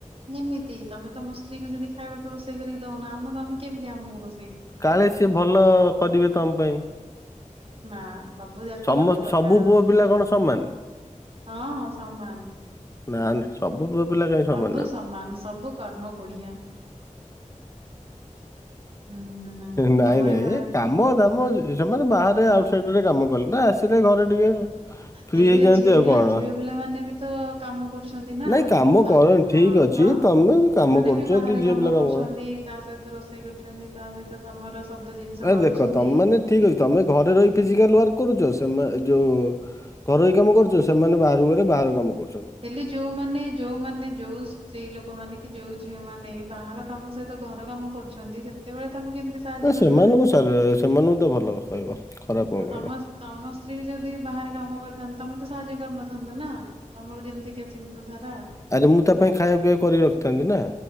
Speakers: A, on the right; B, on the left.
A: କେମିତି ତମେ ତମ ସ୍ତ୍ରୀ କୁ ଯଦି ଖାଇବାକୁ ରୋଷେଇ ରୋଷେଇ କରିକି ଦଉନ। ଆମେ ତମକୁ କେମିତି ଆମକୁ ରୋ
B: କାଳେ ସିଏ ଭଲ କରିବେ ତମ ପାଇଁ।
A: ହଁ। ସବୁ ଜାତି
B: ସମ
A: ଗୋଟେ ପ୍ରକାର।
B: ସବୁ ପୁଅ ପିଲା କଣ ସମାନ
A: ହଁ ହଁ ସମାନ।
B: ନା ନା ।ସବ <inaudible> ମୋ ପୁଅ ପିଲା କାହିଁ
A: ସବୁ
B: ସମାନ ହେବେ
A: ସବୁ କର୍ମ କୋଢିଆ ହୁଁ
B: ନାଇଁ
A: ତମରି
B: ନାଇଁ
A: ଭଳିଆ
B: ଏ
A: ସବୁ।
B: କାମଦାମ ସେମାନେ ବାହାରେ ଆଉଟସାଇଡ ରେ କାମ। ନା <inaudible> ଆସିଲେ ଘରେ ଟିକେ ଫ୍ରି
A: ହେଲେ
B: ହେଇଯାଆନ୍ତି
A: ଝିଅ
B: ଆଉ
A: ପିଲା
B: କଣ
A: ଝିଅ ପିଲା ମାନେ ବି ତ କାମ କରୁଛନ୍ତି ନା
B: ନାଇଁ କାମ
A: ।ତ
B: କରନି
A: ହଁ
B: ଠିକ ଅଛି
A: ତ
B: ତମେ ବି କାମ
A: ସେମାନେ
B: କରୁଛ
A: ବି ବାହାରେ
B: କି ଝିଅ
A: କାମ
B: ପିଲା
A: କରୁଛନ୍ତି
B: କର
A: ତା ସହିତ ରୋଷେଇ କରୁଛନ୍ତି ତା ସହିତ ତମର ସବୁ ଜିନିଷ
B: ଆରେ
A: କରୁଛନ୍ତି।
B: ଦେଖ ତମେ ମାନେ ଠିକ ଅଛି ତମେ ଘରେ ରହି ଫିଜିକାଲ ୱାର୍କ କରୁଛ ସେମା ଯୋଉ ଘରୋଇ କାମ କରୁଛ ସେମାନେ ବାହାରକୁ ଗଲେ ବାହାର କାମ କରୁ
A: ହେଲେ ଯୋଉମାନେ ଯୋଉମାନେ ଯୋଉ ସ୍ତ୍ରୀ ଲୋକମାନେ କି ଯୋଉ ଝିଅ ମାନେ ନାଇଁ ବାହାର କାମ ସହିତ ଘର କାମ କରୁ ଅଛନ୍ତି ସେତେବେଳେ ତାଙ୍କୁ କେମିତି ସାହାଯ୍ୟ
B: ନା
A: କରିବନି।
B: ସେମାନଙ୍କୁ ସାର୍ ସେମାନଙ୍କୁ ତ ଭଲ କହିବ ଖରାପ କଣ
A: ଆଉ
B: କହିବ
A: ତମ ତମ ସ୍ତ୍ରୀ ଯଦି ବାହାରେ କାମ କରିଥାନ୍ତେ ତମେ ତ ସାହାଯ୍ୟ କରିନଥାନ୍ତ ନା। ତମର ଯେମିତିକା ଚିନ୍ତାଧାରା
B: ଆରେ ମୁଁ ତା ପାଇଁ ଖାଇବା ପିଇବା କରିକି ରଖିଥାନ୍ତି ନା।